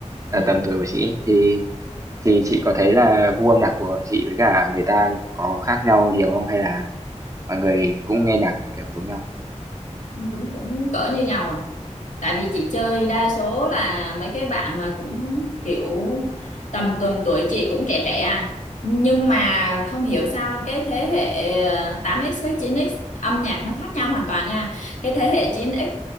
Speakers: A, on the right (about 25°); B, on the left (about 80°).
A: ở
B: ừ.
A: tầm tuổi của chị ấy, thì thì chị có thấy là gu âm nhạc của chị với cả người ta kiểu có khác nhau nhiều không hay là mọi người cũng nghe nhạc kiểu giống nhau
B: cũng cũng cỡ như nhau à tại vì chị chơi đa số là mấy cái bạn mà cũng kiểu tầm tuần tuổi chị cũng trẻ trẻ à nhưng mà không hiểu sao cái thế hệ ờ, 8x với 9x âm nhạc nó khác nhau hoàn toàn nha cái thế hệ 9x